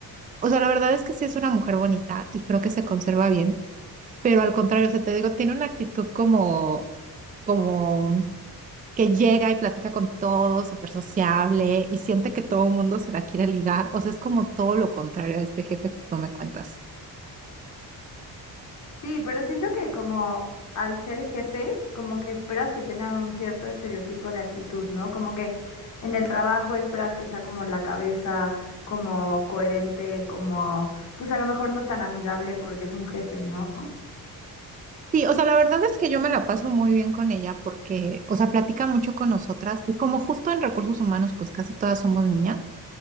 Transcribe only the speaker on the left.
Sí, pero siento que como al ser jefes, como que esperas que tengan un cierto estereotipo de actitud, ¿no? Como que en el trabajo esperas que sea como la cabeza, como coherente, como, pues a lo mejor no tan amigable porque es un jefe, ¿no?